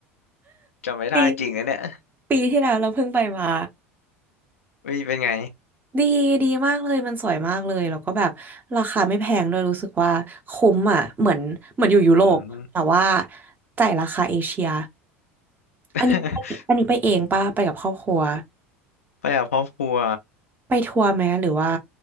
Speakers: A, on the left; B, on the right.
A: จำไม่ได้จริงนะเนี่ย
B: ปีปีที่แล้วเราเพิ่งไปมา
A: วิเป็นไง
B: ดีดีมากเลยมันสวยมากเลยแล้วก็แบบราคาไม่แพงด้วยรู้สึกว่าคุ้มอ่ะเหมือนเหมือนอยู่ยุโรปแต่ว่า
A: อืม
B: จ่ายราคาเอเชีย
A: <laughs>
B: อันนี้อันนี้ไปเองปะไปกับครอบครัว
A: ไปกับครอบครัว
B: ไปทัวร์ไหมหรือว่า